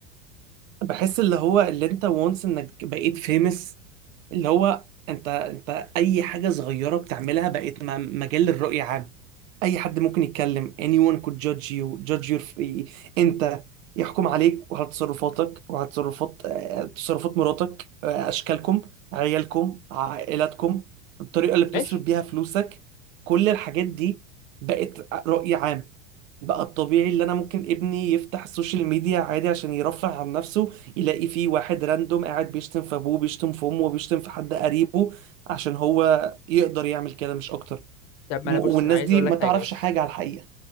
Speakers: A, on the right; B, on the left.
A: بحس اللي هو اللي انت وانس انك بقيت فيمس اللي هو انت انت اي حاجه صغيره بتعملها بقيت م- مجال للرؤيه عام اي حد ممكن يتكلم anyone could judge you judge your انت يحكم عليك وعلى تصرفاتك وعلى تصرفات آه، تصرفات مراتك آه، اشكالكم عيالكم عائلاتكم الطريقه اللي بتصرف
B: ماشي
A: بيها فلوسك كل الحاجات دي بقت رأي عام بقى الطبيعي اللي انا ممكن ابني يفتح السوشيال ميديا عادي عشان يرفه عن نفسه يلاقي فيه واحد راندوم قاعد بيشتم في ابوه بيشتم في امه وبيشتم في حد قريبه عشان هو يقدر يعمل كده مش اكتر
B: طب ما
A: م-
B: انا بص
A: والناس
B: انا عايز
A: دي
B: اقول
A: ما
B: لك حاجة
A: تعرفش
B: بس
A: حاجة على الحقيقة